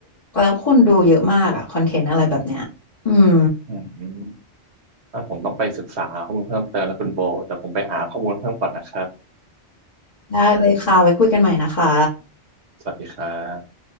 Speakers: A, on the left; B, on the right.
A: แล้วคนดูเยอะมากอะคอนเทนต์อะไรแบบเนี้ยอืม
B: อืมถ้าผมต้องไปศึกษาข้อมูลเพิ่มเติมแล้วคุณโบแต่ผมไปหาข้อมูลเพิ่มก่อนนะครับ
A: ได้เลยค่ะไว้คุยกันใหม่นะคะ
B: สวัสดีครับ